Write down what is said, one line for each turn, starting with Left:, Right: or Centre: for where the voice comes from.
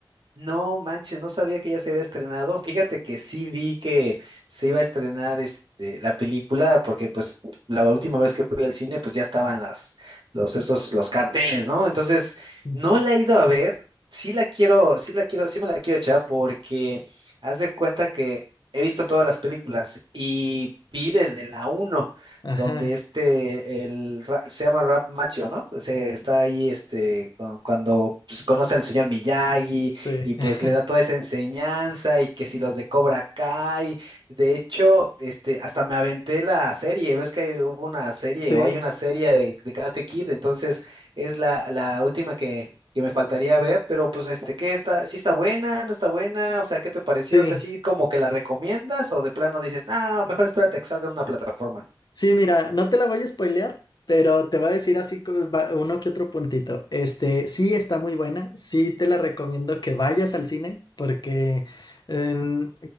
Right: No manches, no sabía que ya se había estrenado. Fíjate que sí vi que se iba a estrenar este, la película, porque pues la última vez que fui al cine, pues ya estaban las, los, estos, los carteles, ¿no? Entonces,
Left: Ujú.
Right: no la he ido a ver. Sí la quiero, sí la quiero, sí me la quiero echar, porque haz de cuenta que he visto todas las películas y vi desde la uno,
Left: Ajá,
Right: donde este, el, Ra- se llama Rap Macho, ¿no? Se está ahí este, cu- cuando pues, conoce al señor Miyagi
Left: sí,
Right: y pues
Left: <laughs>
Right: le da toda esa enseñanza y que si los de Cobra Kai, de hecho, este, hasta me aventé la serie, ves que hay- hubo una serie
Left: sí,
Right: o hay una serie de, de Karate Kid, entonces es la, la última que, que me faltaría ver, pero pues este, ¿qué está? ¿Sí está buena? ¿No está buena? O sea, ¿qué te pareció?
Left: sí.
Right: O sea, ¿sí como que la recomiendas o de plano dices, ah, mejor espérate a que salga en una plataforma?
Left: Sí, mira, no te la voy a spoilear, pero te voy a decir así como va- uno que otro puntito. Este, sí está muy buena, sí te la recomiendo que vayas al cine porque em,